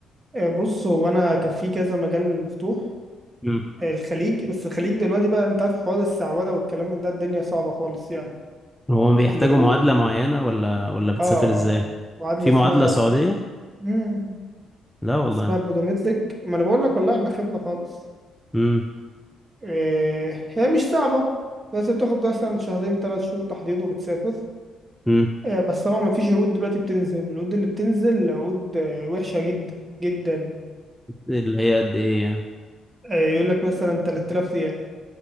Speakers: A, on the right (about 30°); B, in the centre.
A: آه، بص هو انا كان في كذا مجال مفتوح
B: مم.
A: آه، الخليج بس الخليج دلوقتي بقى انت عارف حوار السعوده والكلام من ده الدنيا صعبه خالص يعني
B: هو بيحتاجوا
A: العقود
B: معادلة معينة ولا ولا بتسافر
A: اه
B: ازاي؟
A: اه معادله
B: في
A: اسمها
B: معادلة سعودية؟
A: ب... مم.
B: لا والله
A: اسمها برومتريك ما انا بقول لك والله احنا خيبنا خالص
B: امم
A: آه، هي مش صعبه بس بتاخد مثلا شهرين ثلاث شهور تحضير وبتسافر
B: امم
A: آه، بس طبعا مفيش عقود دلوقتي بتنزل العقود اللي بتنزل عقود آه، وحشة جدا جدا
B: اللي هي قد ايه يعني؟
A: آه، يقول لك مثلا 3000 ريال